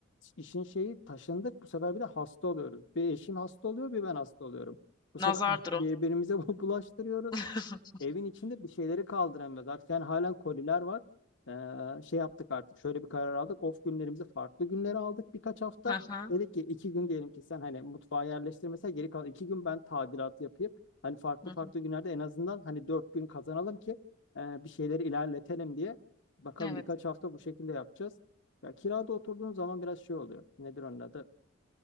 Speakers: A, on the left; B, on the left.
A: İşin şeyi taşındık. Bu sefer bir de hasta oluyoruz. Bir eşim hasta oluyor, bir ben hasta oluyorum. Bu
B: Nazardır
A: sefer birbirimize
B: o.
A: <laughs> bu bulaştırıyoruz.
B: <laughs>
A: Evin içinde bir şeyleri kaldıramıyoruz. Artık yani halen koliler var. Ee, şey yaptık artık. Şöyle bir karar aldık. Off günlerimizi farklı günlere aldık birkaç hafta.
B: Hı hı
A: Dedik ki iki gün diyelim ki sen hani mutfağa yerleştirmesen geri kalan iki gün ben tadilat yapayım. Hani farklı
B: hı
A: farklı
B: hı.
A: günlerde en azından hani dört gün kazanalım ki e, bir şeyleri ilerletelim diye. Bakalım
B: Evet.
A: birkaç hafta bu şekilde yapacağız. Ya kirada oturduğun zaman biraz şey oluyor. Nedir onun adı?